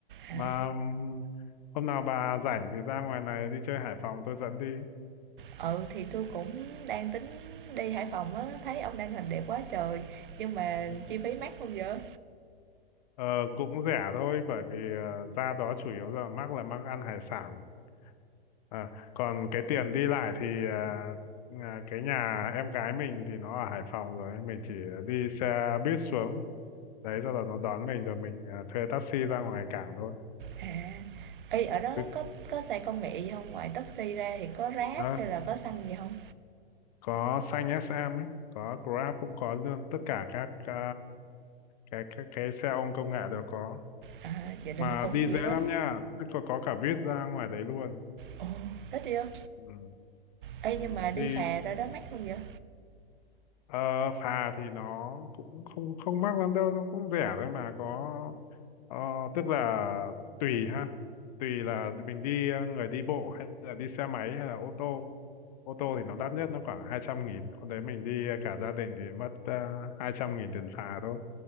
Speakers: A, on the right; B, on the left.
A: À,
B: Mà ừm, hôm nào bà rảnh thì ra ngoài này đi chơi Hải Phòng tôi dẫn đi.
A: ừ, thì tôi cũng đang tính đi Hải Phòng á, thấy ông đăng hình đẹp quá trời, nhưng mà
B: Ừ.
A: chi phí mắc không vậy?
B: Ờ, cũng rẻ thôi bởi vì ờ, ra đó chủ yếu là mắc là mắc ăn hải sản. À, còn cái tiền đi lại thì ờ, à, cái nhà em gái mình thì nó ở Hải Phòng rồi. Mình chỉ đi xe buýt xuống. Đấy, sau đó nó đón mình rồi mình à, thuê taxi ra ngoài cảng thôi.
A: À, ê, ở đó
B: Cứ,
A: có có xe công nghệ gì hông? Ngoài taxi ra thì có Grab
B: đó,
A: hay là có xanh gì không?
B: có xanh SM ấy, có Grab cũng có luôn. Tất cả các à, cái các cái xe ôm công nghệ đều có.
A: À, vậy là
B: mà
A: nó cũng
B: đi dễ
A: vậy
B: lắm
A: đó.
B: nha tức là có cả buýt ra ngoài đấy luôn
A: Ồ, thích chưa?
B: ừ.
A: Ê,
B: Ừ.
A: nhưng mà đi
B: đi
A: phà ra đó mắc không vậy?
B: ờ, phà thì nó cũng không không mắc lắm đâu nó cũng rẻ thôi mà có ờ, tức là tùy ha tùy là mình đi ờ, người đi bộ hay là đi xe máy hay là ô tô ô tô thì nó đắt nhất nó khoảng hai trăm nghìn hôm đấy mình đi cả gia đình thì mất uh, hai trăm nghìn tiền phà thôi